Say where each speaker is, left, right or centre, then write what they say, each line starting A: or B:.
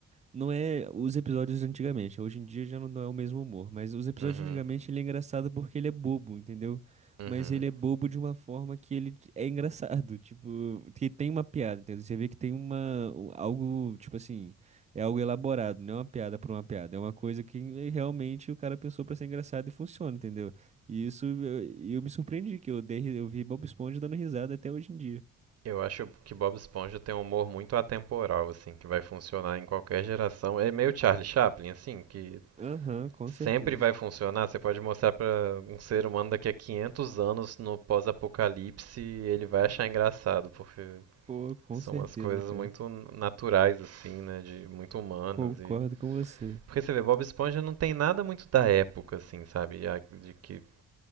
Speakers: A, on the right; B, on the right.
A: não é os episódios de antigamente. Hoje em dia já não não é o mesmo humor. Mas os episódios
B: uhum,
A: de antigamente ele é engraçado porque ele é bobo, entendeu?
B: uhum.
A: Mas ele é bobo de uma forma que ele t- é engraçado. <laughs> Tipo, que tem uma piada, entendeu? Você vê que tem uma. um- Algo, tipo assim. É algo elaborado, não é uma piada por uma piada. É uma coisa que eh, realmente o cara pensou pra ser engraçado e funciona, entendeu? E isso eu, eu me surpreendi, que eu dei, ri- eu vi Bob Esponja dando risada até hoje em dia.
B: Eu acho que Bob Esponja tem um humor muito atemporal, assim, que vai funcionar em qualquer geração. É meio Charlie Chaplin, assim, que
A: Aham, com
B: sempre
A: certeza.
B: vai funcionar. Você pode mostrar pra um ser humano daqui a 500 anos no pós-apocalipse, ele vai achar engraçado, porque
A: Pô, com
B: são
A: certeza,
B: umas coisas
A: cara.
B: muito naturais, assim, né, de muito humanas
A: Concordo
B: e
A: com você.
B: porque você vê, Bob Esponja não tem nada muito da época, assim, sabe? A- De que